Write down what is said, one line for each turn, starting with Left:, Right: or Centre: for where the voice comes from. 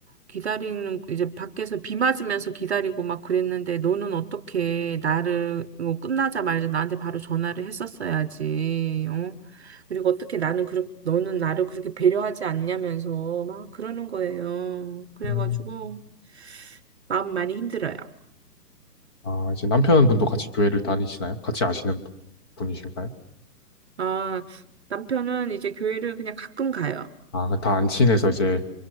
Right: 기다리는, 이제 밖에서 비 맞으면서 기다리고 막 그랬는데, 너는 어떻게 나를, 뭐, 끝나자마자 나한테 바로 전화를 했었어야지, 어? 그리고 어떻게 나는, 그렇, 너는 나를 그렇게 배려하지 않냐면서 막 그러는 거예요. 그래가지고,
Left: 음.
Right: 마음 많이 힘들어요.
Left: 아, 이제 남편분도 같이 교회를 다니시나요? 같이 아시는 분- 분이신가요?
Right: 아, 남편은 이제 교회를 그냥 가끔 가요.
Left: 아, 다 안 친해서 이제